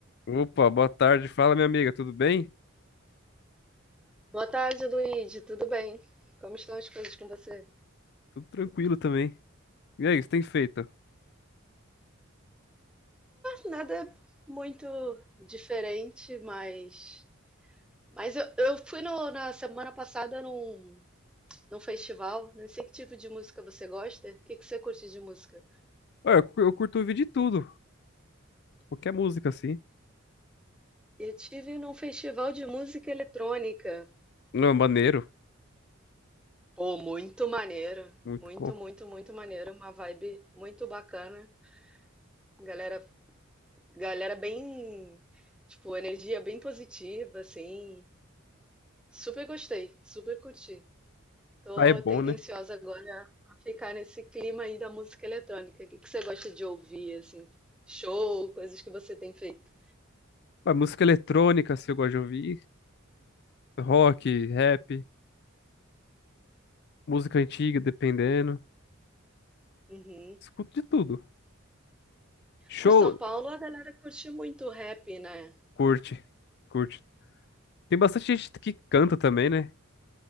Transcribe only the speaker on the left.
Opa, boa tarde. Fala, minha amiga, tudo bem?
Tudo tranquilo também. E aí, o que você tem feito?
Olha, eu cu- eu curto ouvir de tudo. Qualquer música, assim.
Não, maneiro.
Muito
bom.
Ah, é bom,
né?
Ah, música eletrônica, assim, eu gosto de ouvir. Rock, rap, música antiga, dependendo.
Escuto de tudo. Show,
curte. Curte. Tem bastante gente que canta também, né?